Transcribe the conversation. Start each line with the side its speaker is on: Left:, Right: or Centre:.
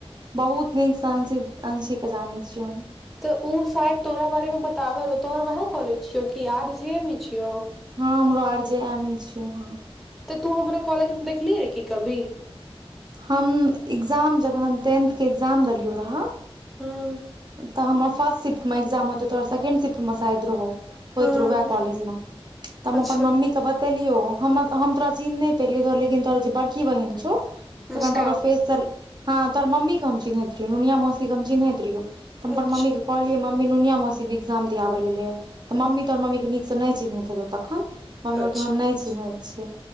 Right: बहुत नीकसे अंशी के जानै छियौ हम
Centre: तऽ उ शायद तोरा बारे मे बताबे रहौ तोहर वएह कॉलेज छियौ की आर जे एम छियौ।
Right: हां हमरो आर जे एम मे छियौ हां।
Centre: तऽ तू हमरा कॉलेज मे देखलि रहे की कभी
Right: हम एग्जाम जखन हम टेन्थ के एग्जाम देलियौ रहऽ
Centre: हूॅं
Right: तऽ हमर फर्ट सिफ्ट मे एक्जाम होेतै तोहर सकेंड सिफ्ट मे शायद रहौ। होयत
Centre: हूं
Right: रहौ वएह कॉलेज में तऽ हम
Centre: अच्छा
Right: अपन मम्मी क ब बतेलियौ हम तोरा चिन्ह नै पेलियौ तोहर लेकिन तोहर जे बड़की बहिन जे छौ
Centre: मुस्कान।
Right: कनटा ओकर फेस से हां तोर मम्मी के हम चिन्हैत रहियो, नुनिया मौसी के हम चिन्हैत रहियो। तऽ हम
Centre: अच्छा
Right: अपन मम्मी के कह मम्मी नुनिया मौसी इग्जाम दियाबै ले एलै ये तऽ मम्मी तोहर मम्मी के नीक से नैय चिन्हत हेतौ तखन मम्मी
Centre: अच्छा
Right: कहलकै हम नैय चिन्है छियै,